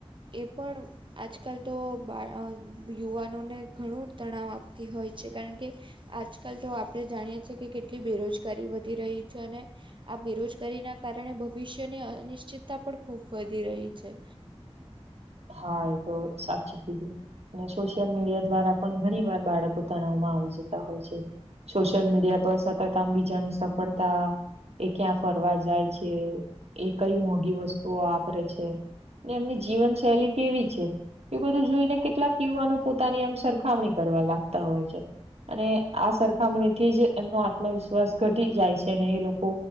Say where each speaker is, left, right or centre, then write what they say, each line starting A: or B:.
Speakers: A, on the right; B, on the right.
A: એ પણ આજકાલ તો બા યુવાનોને ઘણું તણાવ આપતી હોય છે કારણ કે આજકાલ તો આપણે જાણીએ છીએ કે કેટલી બેરોજગારી વધી રહી છે અને આ બેરોજગારીના કારણે ભવિષ્યની અનિશ્ચિતતા પણ ખૂબ વધી રહી છે.
B: હા એ તો સાચી કીધું. અને સોશિયલ મીડિયા દ્વારા પણ ઘણી વાર બાળક તાણાવમાં આવી જતા હોય છે. સોશિયલ મીડિયા પર સતત આમ બીજાની સફળતા એ ક્યાં ફરવા જાય છે એ કઈ મોઘી વસ્તુઓ વાપરે છે એમની જીવન શૈલી કેવી છે? એ બધું જોઈને કેટલાક યુવાનો પોતાની આમ સરખામણી કરવા લાગતા હોય છે. અને આ સરખામણી થી જ એમનો આત્મવિશ્વાસ ઘટી જાય છે અને એ લોકો